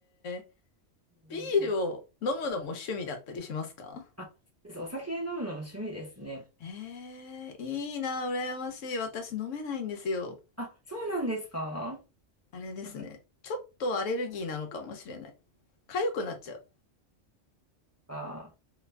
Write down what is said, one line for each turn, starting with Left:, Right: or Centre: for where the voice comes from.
Left: えビールを飲むのも趣味だったりしますか
Right: うんうん、あ、そうです。お酒飲むのも趣味ですね。
Left: ええーいいな、羨ましい。私飲めないんですよ。
Right: あ、そうなんですか
Left: あれですね。
Right: なんか、
Left: ちょっとアレルギーなのかもしれない。痒くなっちゃう。
Right: あ